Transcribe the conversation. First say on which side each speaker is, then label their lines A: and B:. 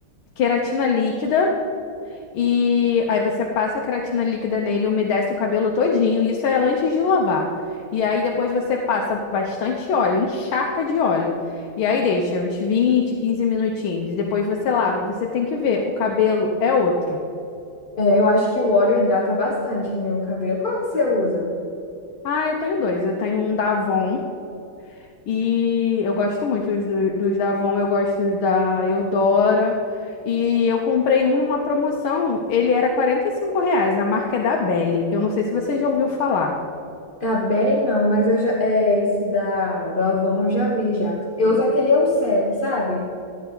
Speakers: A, on the left (about 75°); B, on the left (about 35°).
A: queratina líquida. E aí você passa a creatina líquida nele, umedece o cabelo todinho. Isso é antes de lavar. E aí depois você passa bastante óleo, encharca de óleo. E aí deixa uns 20, 15 minutinhos. E depois você lava. Você tem que ver, o cabelo é outro.
B: É, eu acho que o óleo hidrata bastante no cabelo. Qual que você usa?
A: Ah, eu tenho dois. Eu tenho um da Avon e eu gosto muito dos, dos da Avon, eu gosto dos da Eudora. E eu comprei um numa promoção, ele era 45 reais, a marca é da Belly. Eu não sei se você já ouviu falar.
B: Da Beren não, mas eu já, é, esse da, do Avon eu já vi já. Eu uso aquele Elseve, sabe?